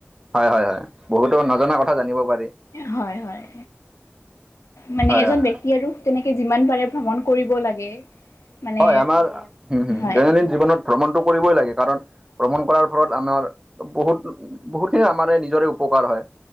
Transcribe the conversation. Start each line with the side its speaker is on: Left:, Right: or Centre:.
Right: হয়, হয়, হয়, বহুতো নজনা কথা জানিব পাৰি।
Left: হয়, হয়, মানে
Right: হয়
Left: এজন
Right: হয়।
Left: ব্যক্তি আৰু তেনেকে যিমান পাৰে ভ্ৰমণ কৰিব লাগে। মানে
Right: হয়, আমাৰ হম হম
Left: হয়
Right: দৈনন্দিন জীৱনত ভ্ৰমণটো কৰিবই লাগে। কাৰণ ভ্ৰমণ কৰাৰ ফলত আমাৰ বহুত বহুখিনি আমাৰে নিজৰে উপকাৰ হয়।